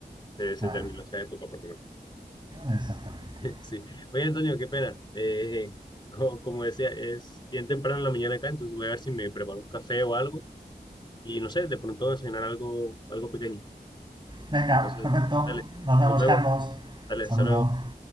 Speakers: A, on the left (about 30°); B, on the right (about 25°).
A: se, se
B: Bueno,
A: terminó esa época por lo menos.
B: exactamente.
A: <laughs> Sí. Oye, Antonio, qué pena. Eh, co- como, decía, es bien temprano en la mañana acá, entonces voy a ver si me preparo un café o algo. Y no sé, de pronto desayunar algo, algo pequeño.
B: Venga,
A: Entonces,
B: perfecto.
A: dale,
B: Nos
A: nos
B: vemos,
A: vemos.
B: Carlos.
A: Dale,
B: Saludos.
A: hasta luego.